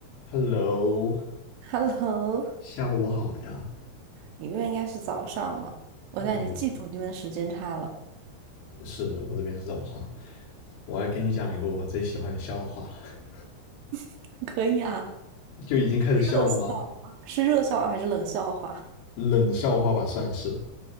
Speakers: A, on the left; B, on the right.
A: Hello，
B: Hello，
A: 下午好呀，
B: 你这边应该是早上了，我现在已经记住你们的时间差了。
A: 对，是我这边是早上，我来给你讲一个我最喜欢的笑话，<laughs>
B: <laughs> 可以啊，
A: 就已经开始笑了吗？
B: 热笑话是热笑话还是冷笑话？
A: 冷笑话吧，算是，